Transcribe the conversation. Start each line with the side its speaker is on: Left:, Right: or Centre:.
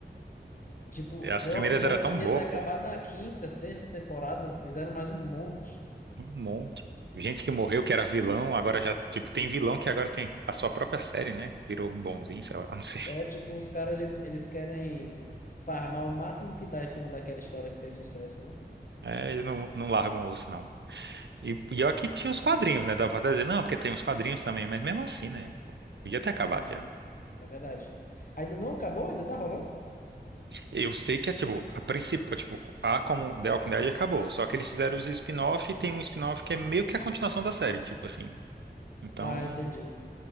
Left: Tipo,
Right: As
Left: The
Right: primeiras
Left: Walking Dead
Right: eram tão
Left: podia
Right: boas,
Left: ter acabado
Right: pô.
Left: na quinta, sexta temporada, fizeram mais um monte.
Right: Um monte. Gente que morreu, que era vilão, agora já, tipo, tem vilão que agora tem a sua própria série, né? Virou bonzinho, sei lá, <laughs> não sei.
Left: É, tipo, os caras, eles, eles querem farmar o máximo que dá em cima daquela história que fez sucesso, né?
Right: É, eles não, não largam o osso, não. E pior que tinha os quadrinhos, né? Dava pra dizer, não, porque tem os quadrinhos também, mas mesmo assim, né? Podia ter acabado
Left: Não,
Right: já.
Left: é não, é verdade. Ainda não acabou? Ainda tá rolando?
Right: Eu sei que é, tipo, a principal, tipo, a como The Walking Dead acabou, só que eles fizeram os spin-off e tem um spin-off que é meio que a continuação da série, tipo assim. Então,
Left: Ah, entendi.